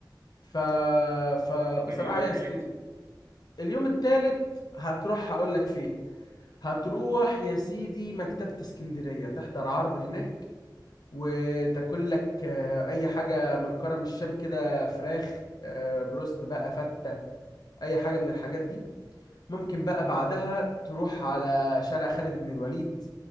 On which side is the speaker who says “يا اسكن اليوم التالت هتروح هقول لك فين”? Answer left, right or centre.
Left